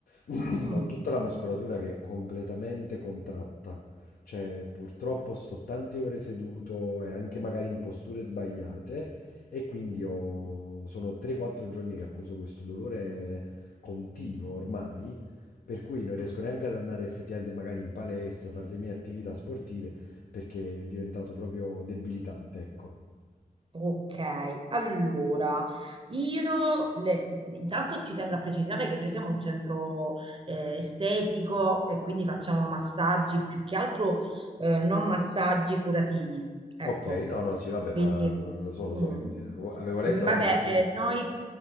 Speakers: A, on the left (about 75°); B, on the right (about 35°).
A: <clears throat>
B: Mm.
A: Ho tutta la muscolatura che è completamente contratta. Cioè, purtroppo sto tante ore seduto e anche magari in posture sbagliate. E quindi ho... sono 3-4 giorni che accuso questo dolore continuo ormai. Per cui non riesco neanche ad andare effettivamente magari in palestra, fare le mie attività sportive, perché è diventato proprio debilitante, ecco.
B: Ok, allora io le- intanto ci tengo a precisare che noi siamo un centro eh, estetico e quindi facciamo massaggi più che altro eh, non massaggi curativi, ecco.
A: Ok, no, no, sì, vabbè,
B: Quindi,
A: ma lo so, lo
B: mm,
A: so, eh, avevo letto
B: vabbè,
A: la brochure.
B: eh, noi